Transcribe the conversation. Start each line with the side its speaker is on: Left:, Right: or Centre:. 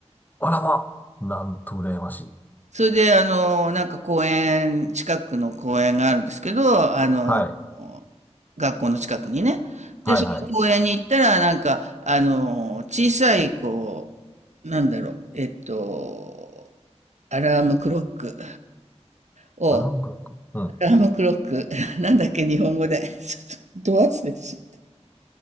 Left: あらま、なんと羨ましい。
Right: それで、あの、なんか公園、近くの公園があるんですけど、あの、
Left: はい、
Right: 学校の近くにね。
Left: はいはい。
Right: で、その公園に行ったら、なんか、あの、小さい、こう、なんだろう、えっと、アラームクロックを、
Left: アラームクロックうん。
Right: アラームクロック、<laughs> なんだっけ、日本語で。<laughs> ちょっと、ど忘れしちゃった